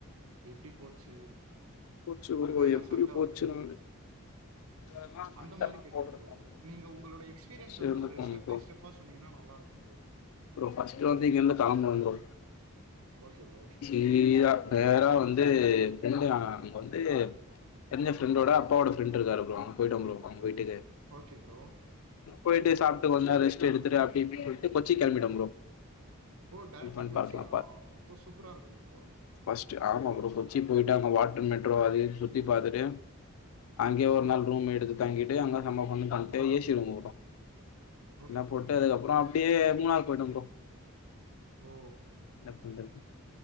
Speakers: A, on the right (about 80°); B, on the left (about 75°).
A: எப்டி போச்சு
B: போச்சு ப்ரோ
A: என்னன்ன
B: எப்படி
A: சண்ட
B: போச்சுன்னு
A: வந்தது
B: அங்கலாம் சண்டலாம்
A: அந்த மாரி கேக்குற
B: போடுறது
A: ப்ரோ
B: தான்
A: நீங்க உங்களோட எக்ஸ்பீரியன்ஸ்
B: ஃபர்ஸ்ட்டு
A: வந்து ஒரு
B: போனோம்
A: ஸ்டெப்
B: ப்ரோ.
A: பை ஸ்டெப் பா சொன்னீங்கன்னா நல்ல இருக்கும் ப்ரோ
B: ப்ரோ ஃபஸ்ட் வந்து இங்க இருந்து கிளம்புனோ ப்ரோ
A: ஓகே ப்ரோ
B: வீரா நேரா வந்து ஃப்ரெண்ட் அங்க வந்து தெரிஞ்ச ஃப்ரெண்டோட அப்பாவோட ஃப்ரெண்ட் இருக்காரு ப்ரோ அங்க போயிட்டோம் ப்ரோ அவுங்க வீட்டுக்கு
A: ஓகே ப்ரோ
B: போயிட்டு சாப்ட்டு கொஞ்சோ நேர ரெஸ்ட் எடுத்துட்டு அப்டி இப்டின்னு சொல்லிட்டு கொச்சிக்கு கிளம்பிட்டோம் ப்ரோ
A: ஓ டெரக்ட்டா
B: எலிஃபண்ட்
A: கொச்சியா
B: பார்க்லா
A: அப்போ சூப்பரா இருக்குமே ப்ரோ
B: ஃபஸ்ட் ஆமா ப்ரோ கொச்சி போயிட்டு அங்க வாட்டர் மெட்ரோ அது இதுனு சுத்தி பாத்தட்டு அங்கயே
A: ஆம் ப்ரோ
B: ஒரு நாள் ரூம் எடுத்து தங்கிட்டு அங்க செம ஃபன் பண்ணிட்டு ஏசி ரூம் போட்டோ எல்லா
A: ஓகே ப்ரோ
B: போட்டு அதுகப்றம் அப்டியே மூணார் போய்ட்டே ப்ரோ
A: ஓ
B: என்ன பண்றது